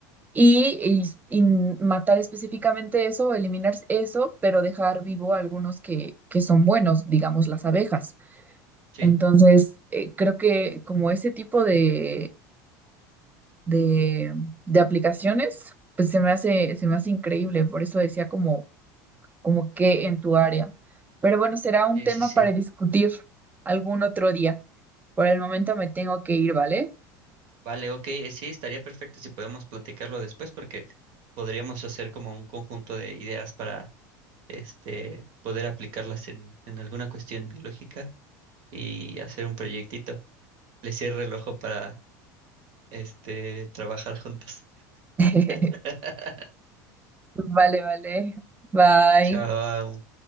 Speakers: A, on the right; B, on the right.
A: y, y- y matar específicamente eso, eliminar eso, pero dejar vivo algunos que, que son buenos, digamos las abejas.
B: Sí,
A: Entonces, eh, creo que como ese tipo de, de, de aplicaciones, pues se me hace, se me hace increíble, por eso decía como, como que en tu área. Pero bueno, será un
B: sí,
A: tema
B: sí, sí.
A: para discutir algún otro día. Por el momento me tengo que ir, ¿vale?
B: Vale, ok, eh, sí, estaría perfecto si podemos platicarlo después porque podríamos hacer como un conjunto de ideas para este poder aplicarlas en, en alguna cuestión biológica y hacer un proyectito. Le cierro el ojo para este trabajar juntos.
A: <laughs>
B: <laughs>
A: Vale, vale. Bye.
B: Chao.